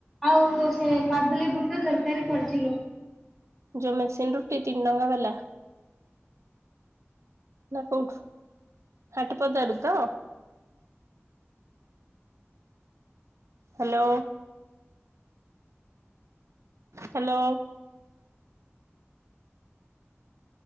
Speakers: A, in the centre; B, on the right (about 80°).
A: ଆଉ ସେ କାବୁଲି ବୁଟ ତରକାରୀ କରିଥିଲୁ।
B: ଜୋ ମେସିନ୍ ରୁଟି ତିନି ଟଙ୍କା ବାଲା? ନା କୋଉଠୁ ହାଟି ପଦାରୁ ତ? ହାଲୋ। ହାଲୋ।